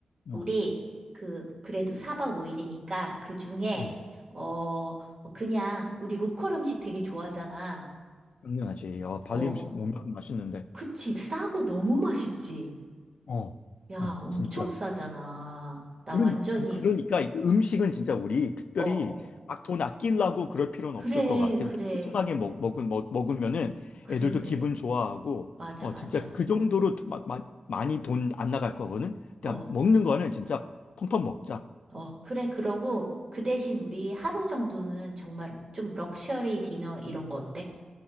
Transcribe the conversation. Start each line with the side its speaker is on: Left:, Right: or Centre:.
Right: 우리,
Left: 어,
Right: 그, 그래도 4박 5일이니까, 그 중에,
Left: 음,
Right: 어, 그냥, 우리 로컬 음식 되게 좋아하잖아.
Left: 당연하지. 아, 발리
Right: 어,
Left: 음식 워낙 맛있는데.
Right: 그치. 싸고 너무 맛있지.
Left: 어,
Right: 야,
Left: 어.
Right: 엄청
Left: 진짜.
Right: 싸잖아. 나
Left: 그러니,
Right: 완전히,
Left: 그, 그러니까 이게 음식은 진짜 우리 특별히
Right: 어,
Left: 막 돈 아끼려고 그럴 필요는
Right: 그래,
Left: 없을 것 같아.
Right: 그래,
Left: 우리 푸짐하게 먹, 먹은, 먹, 먹으면은
Right: 그래,
Left: 애들도
Right: 그래.
Left: 기분 좋아하고,
Right: 맞아,
Left: 어,
Right: 맞아.
Left: 진짜 그 정도로 마, 마, 많이 돈 안 나갈 거거든.
Right: 어,
Left: 그냥 먹는 거는 진짜 펑펑 먹자.
Right: 어, 그래. 그러고, 그 대신 우리 하루 정도는 정말 좀 럭셔리 디너 이런 거 어때?